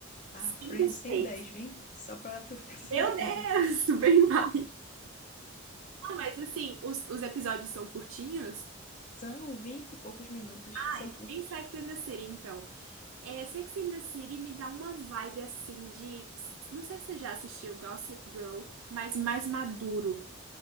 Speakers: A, on the left (about 35°); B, on the right (about 75°).
A: Ah,
B: Cinco,
A: Friends tem
B: seis.
A: 10, viu? Só pra tu ficar <laughs> sabendo.
B: Meu Deus, <laughs> bem mal. Não, Mas assim, os, os episódios são curtinhos?
A: São 20 e poucos minutos,
B: ah
A: são
B: é Ai,
A: curtos.
B: Em Sex and the City, então. É, Sex and the City me dá uma vibe assim de. Não sei se você já assistiu Gossip Girl, mas mais maduro.